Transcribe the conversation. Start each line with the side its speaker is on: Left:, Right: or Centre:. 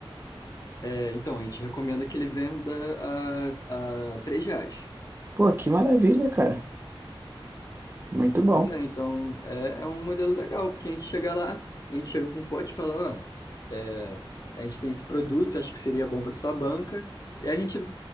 Left: É, então a gente recomenda que ele venda a, a 3 reais.
Right: Pô, que maravilha, cara. Muito bom.
Left: Pois é, então é, é um modelo legal, porque a gente chega lá, a gente chega com um pote e fala, ó, é, a gente tem esse produto, acho que seria bom para sua banca, e a gente,